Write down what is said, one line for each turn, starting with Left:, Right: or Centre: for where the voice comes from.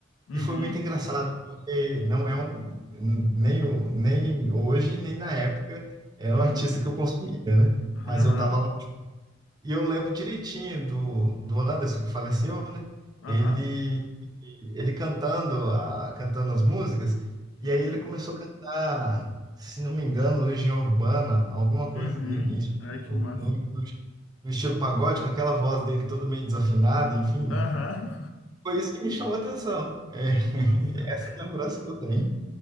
Left: uhum,
Right: e foi muito engraçado, porque não é um. Nem, o- nem hoje, nem na época, era
Left: uhum,
Right: um artista que eu consumia, né?
Left: aham,
Right: Mas eu estava e eu lembro direitinho do, do Anderson, que faleceu, né?
Left: aham,
Right: Ele, ele cantando, a, cantando as músicas, e
Left: uhum,
Right: aí ele começou a cantar, se não me engano, Legião Urbana, alguma coisa
Left: uhum.
Right: no, em estilo-
Left: Ai, que massa.
Right: no, no- no estilo pagode, com aquela voz dele toda meio desafinada, enfim.
Left: Aham.
Right: Foi isso que me chamou a atenção. É, <laughs>
Left: <laughs> Nossa.
Right: essa é a lembrança que eu tenho.